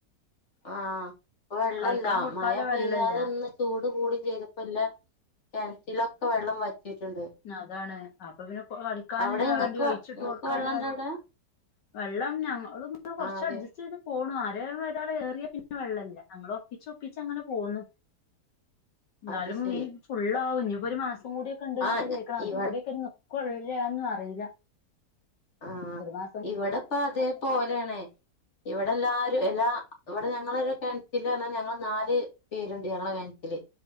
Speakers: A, on the left; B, on the left.
A: ആഹ് ഇപ്പ വെള്ളല്ല
B: കളിക്കാൻ കൊടുക്കാല്ല
A: മഴ പെയതാതെ
B: വെള്ളല്ല
A: ഒന്ന് ചൂട് കൂടും ചെയ്തപ്പോ ല്ല കെണറ്റിലൊക്കെ വെള്ളം വറ്റിട്ട്ണ്ട്
B: അതാണ് അപ്പൊ പിന്നെ പൊ കളിക്കാന്ല്ലേ
A: അവിടെ ഇങ്ങക്ക്
B: വണ്ടി ഒഴിച്ചിട്ട്
A: ഇങ്ങക്ക്
B: കൊടുക്കാനാര്
A: വെള്ളണ്ടോ അവിടെ
B: വെള്ളം ഞങ്ങളൊന്ന് കൊറച്ച്
A: ആഹ് അതെ
B: അഡ്ജസ്റ്റ് ചെയ്ത് പോണു ആരെ ഒരാള് ഏറിയാ പിന്നെ വെള്ളല്ല അങ്ങള് ഒപ്പിച്ച് ഒപ്പിച്ച് അങ്ങനെ പോന്നു ഇന്നാലും
A: അത് ശരി
B: ഈ ഫുള്ളാവും ഞ്ഞി പൊരുമാസം കൂടിയൊക്കെണ്ട്ന്നല്ലേ
A: ആഹ്
B: കേൾക്കണ അതും
A: ഇവ
B: കൂടിയൊക്കെന്നെ കൊള്ള്യാന്നു അറിയില്ല
A: ആഹ്
B: ഒരു മാ
A: ഇവിടെപ്പ അതേപലേണേ ഇവിടെ എല്ലാരും എല്ലാ ഇവിടെ ഞങ്ങങ്ങളൊരു കെണറ്റ്ല് പറഞ്ഞാ ഞങ്ങള് നാല് പേരുണ്ട് ഞങ്ങളെ കെ ൻറ്റില്